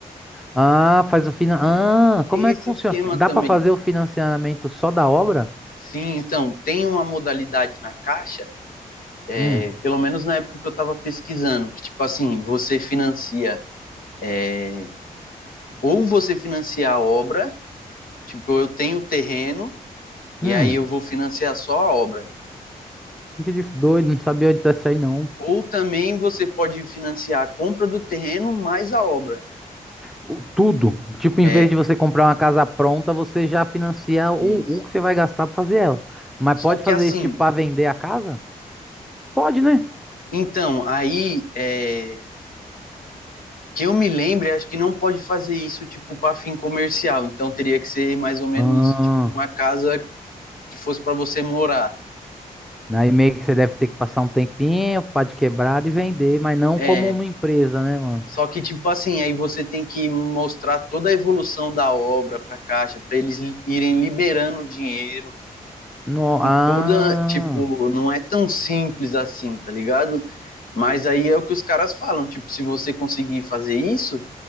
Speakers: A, in the centre; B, on the left (about 70°).
A: Ah, faz o finan... Ah,
B: É,
A: como
B: tem
A: é
B: esse
A: que funciona?
B: esquema
A: Dá
B: também.
A: pra fazer o financiamento só da obra?
B: Sim, então, tem uma modalidade na Caixa, é,
A: Hum,
B: pelo menos na época que eu estava pesquisando, que, tipo assim, você financia, é, ou você financia a obra, tipo, eu tenho o terreno
A: hum.
B: e aí eu vou financiar só a obra.
A: Que dif- doido, não sabia disso aí não.
B: Ou também você pode financiar a compra do terreno mais a obra.
A: O- Tudo. Tipo,
B: É,
A: em vez de você comprar uma casa pronta, você já financia o,
B: isso.
A: o que você vai gastar pra fazer ela. Mas
B: Só
A: pode
B: que
A: fazer
B: assim,
A: isso, tipo, pra vender a casa? Pode, né?
B: então, aí é, que eu me lembre, acho que não pode fazer isso tipo para fim comercial. Então teria que ser mais ou menos
A: Ah.
B: tipo, uma casa que fosse para você morar.
A: Aí meio que você deve ter que passar um tempinho, pá de quebrada e vender, mas não
B: É,
A: como uma empresa, né, mano?
B: só que tipo assim, aí você tem que mostrar toda a evolução da obra para a caixa, para eles irem liberando o dinheiro.
A: No, ah,
B: Toda tipo, não é tão simples assim, tá ligado? Mas aí é o que os caras falam, tipo, se você conseguir fazer isso,